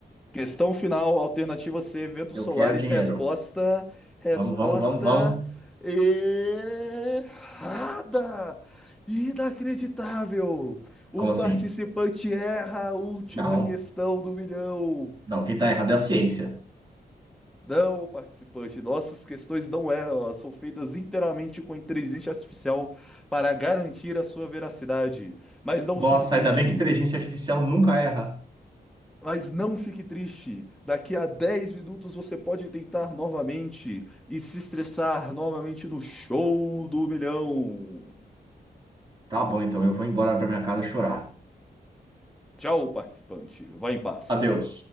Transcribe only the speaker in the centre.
Questão final, alternativa C, eventos
solares,
resposta, resposta
errada! Inacreditável! O
participante
erra a última
questão do milhão.
Não, participante, nossas questões não erram, elas são feitas inteiramente com inteligência artificial para garantir a sua veracidade. Mas não
fique triste.
Mas não fique triste. Daqui a 10 minutos você pode tentar novamente e se estressar novamente no show do milhão.
Tchau, participante. Vá em paz.